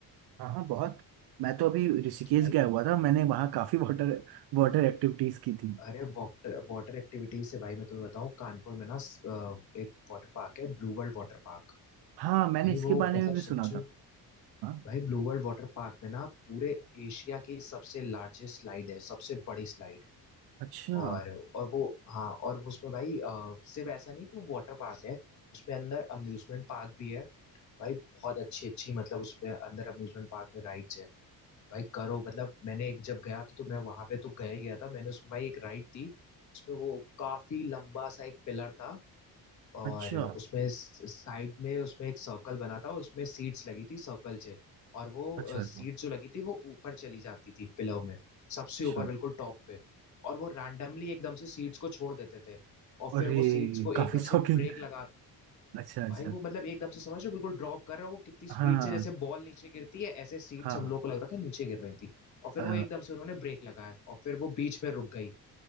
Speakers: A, on the right; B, on the left.
A: हाँ हाँ बहुत मैं तो अभी ऋषिकेश
B: तो भाई
A: गया हुआ था मैंने वहाँ काफी वाटर वाटर एक्टिविटीज की थी
B: अरे वाटर वाटर एक्टिविटीज से भाई मैं तुम्हें बताऊं कानपुर में ना स- अ, एक वाटर पार्क है ब्लू वर्ल्ड वाटर पार्क
A: हाँ मैंने
B: भाई
A: इसके
B: वो
A: बारे
B: मतलब
A: में भी सुना
B: समझो
A: था हाँ
B: भाई ब्लू वर्ल्ड वाटर पार्क में ना पूरे एशिया की सबसे लार्जेस्ट स्लाइड है सबसे बड़ी स्लाइड
A: अच्छा
B: और और वो हाँ और वो उसमें भाई अ, सिर्फ ऐसा नहीं कि वो वाटर पार्क है उसमें अंदर अम्यूजमेंट पार्क भी है भाई बहुत अच्छी अच्छी मतलब उसमें अंदर अम्यूजमेंट पार्क में राइड्स है भाई करो मतलब मैंने एक जब गया था तो मैं वहां पे तो गया ही गया था मैंने उसमें भाई एक राइड थी उसमें वो काफी लंबा सा एक पिलर था और
A: अच्छा
B: उसमें साइड में उसमें एक सर्कल बना था और उसमें सीट्स लगी थी सर्कल से और वो
A: अच्छा अच्छा
B: सीट जो लगी थी वो ऊपर चली जाती थी पिलर में सबसे
A: अच्छा
B: ऊपर बिल्कुल टॉप पे और वो रैंडमली एकदम से सीट्स को छोड़ देते थे और
A: अरे
B: फिर वो सीट्स को एकदम
A: काफी शॉकिंग
B: से ब्रेक लगा
A: अच्छा अच्छा
B: भाई वो मतलब एकदम से समझ रहे हो बिल्कुल ड्रॉप कर रहा है वो कितनी स्पीड
A: हाँ
B: से जैसे बॉल नीचे गिरती है ऐसे सीट्स
A: हाँ
B: हम
A: हाँ
B: लोग को लग रहा था नीचे गिर रही थी और फिर
A: अ,
B: वो एकदम से उन्होंने ब्रेक लगाया और फिर वो बीच में रुक गई